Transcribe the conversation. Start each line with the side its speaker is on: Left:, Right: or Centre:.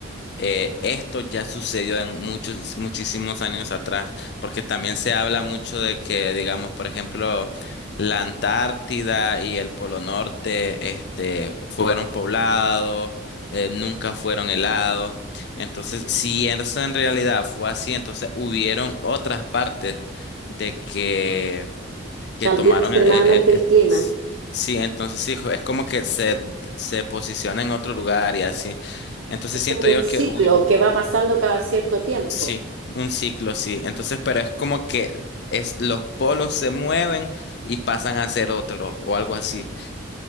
Left: Eh, esto ya sucedió en muchos, muchísimos años atrás, porque también se habla mucho de que, digamos, por ejemplo, la Antártida y el Polo Norte, este, fueron poblados, eh, nunca fueron helados. Entonces, si eso en realidad fue así, entonces hubieron otras partes de que, que
Right: cambió
Left: tomaron
Right: extremadamente
Left: el, el- el-
Right: el clima.
Left: Sí, entonces sí, es como que se, se posiciona en otro lugar y así. Entonces
Right: Es
Left: siento
Right: como
Left: yo
Right: un ciclo
Left: que hubi-
Right: que va pasando cada cierto tiempo.
Left: Sí, un ciclo, sí. Entonces, pero es como que es, los polos se mueven y pasan a ser otros o algo así.